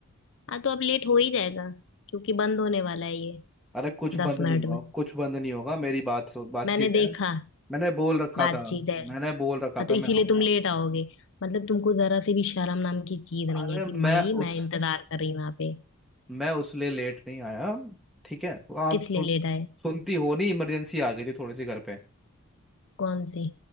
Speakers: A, on the left; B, in the centre.
A: हाँ तो अब लेट हो ही जाएगा क्योंकि बंद होने वाला है ये
B: अरे कुछ बंद
A: दस मिनट
B: नहीं हुआ
A: में
B: कुछ बंद नहीं होगा मेरी बात सु- बातचीत
A: मैंने देखा
B: है मैंने बोल रखा
A: बातचीत
B: था
A: है
B: मैंने बोल रखा
A: हाँ तो
B: था मैं
A: इसीलिए
B: आऊंगा
A: तुम लेट आओगे मतलब तुमको जरा से भी शर्म नाम की चीज
B: अरे
A: नहीं है कि
B: मैं
A: मई मैं
B: उस
A: इंतजार कर रही हूँ यहाँ पे
B: मैं उस लिए लेट नहीं आया ठीक है तो आप
A: किस लिए
B: सुन,
A: लेट आए
B: सुनती हो नहीं इमरजेंसी आ गई थी थोड़ी सी घर पे
A: कौन सी